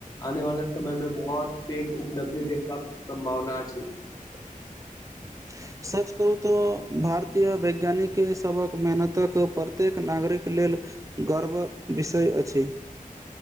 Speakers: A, on the left; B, on the right.
A: आने वाला समय में बहुत पैध उपलब्धि देखबाक सम्भावना अछि।
B: <unintelligible> सच कहू तऽ भारतीय वैज्ञानिक सबहक मेहनतक प्रत्येक नागरिक लेल। गर्व विषय अछि।